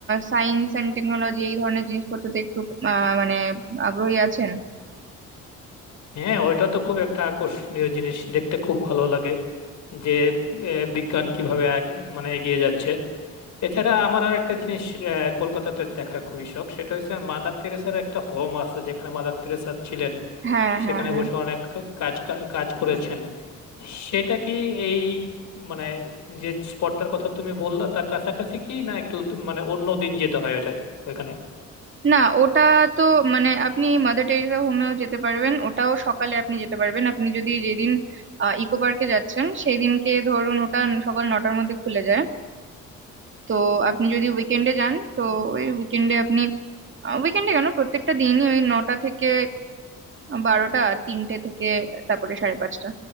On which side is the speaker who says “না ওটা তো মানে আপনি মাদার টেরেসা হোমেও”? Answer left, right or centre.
Right